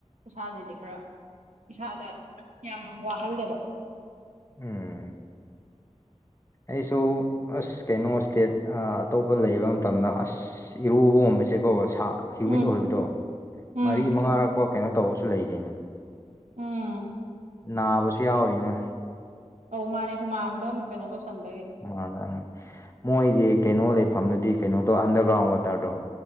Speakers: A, on the right; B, on the left.
A: ꯎꯁꯥꯁꯤꯗꯤ ꯈꯔ ꯏꯁꯥꯗ ꯌꯥꯝ ꯋꯥꯍꯜꯂꯦꯕ
B: ꯎꯝ ꯑꯩꯁꯨ ꯑꯁ ꯀꯩꯅꯣ ꯏꯁꯇꯦꯠ ꯑꯇꯣꯞꯄ ꯂꯩꯕ ꯃꯇꯝꯗ ꯑꯁ ꯑ ꯏꯔꯨꯕꯒꯨꯝꯕꯁꯦꯀꯣ ꯁꯥ ꯍ꯭ꯌꯨꯃꯤꯠ
A: ꯎꯝ
B: ꯑꯣꯏꯕꯗꯣ
A: ꯎꯝ
B: ꯃꯔꯤ ꯃꯉꯥꯔꯛꯐꯧ ꯀꯩꯅꯣ ꯇꯧꯕꯁꯨ ꯂꯩꯔꯤꯅꯦ
A: ꯎꯝ
B: ꯅꯥꯕꯁꯨ ꯌꯥꯎꯔꯤꯅꯦ
A: ꯑꯧ ꯃꯥꯅꯦ ꯍꯨꯃꯥꯡꯗ ꯑꯃꯨꯛ ꯀꯩꯅꯣ ꯇꯧꯁꯟꯕꯒꯤ
B: ꯃꯥꯗꯪ ꯃꯣꯏꯒꯤ ꯀꯩꯅꯣ ꯂꯩꯐꯝꯗꯨꯗꯤ ꯀꯩꯅꯣꯗꯣ ꯑꯟꯗꯔꯒ꯭ꯔꯥꯎꯟ ꯋꯥꯇꯔꯗꯣ